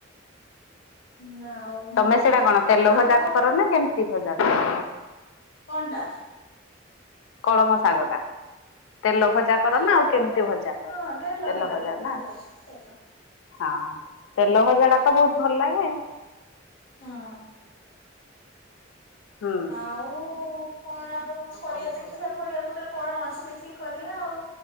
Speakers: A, on the left; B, on the left.
A: ନା ଆଉ। ହେଲା
B: ତମେ ସେଇଟା କଣ ତେଲ
A: ଆଉ
B: ଭଜା
A: କଣ
B: କର ନା କେମିତି ଭଜା କର।
A: କଣଟା।
B: କଳମ ଶାଗଟା। ତେଲ ଭଜା
A: ଆମ
B: କର
A: ତେଲ
B: ନା
A: ଭଜା
B: ଆଉ କେମିତି
A: କରୁ।
B: ଭଜା କର
A: ହଁ
B: ତେଲ ଭଜା
A: କରୁ ତେଲ
B: ନା
A: ତେଲ
B: ହଁ। ତେଲ ଭଜା ଟା ତ ବହୁତ ଭଲ ଲାଗେ।
A: ହଁ।
B: ହୁଁ।
A: ଆଉ କଣ ଆଉ କରିବା
B: କଣ
A: ଦେଖିବା
B: ଖବର ତମର
A: ପରିବା ପତ୍ର
B: କୁହ
A: କଣ ଅଛି ଦେଖି। କରିବା ଆଉ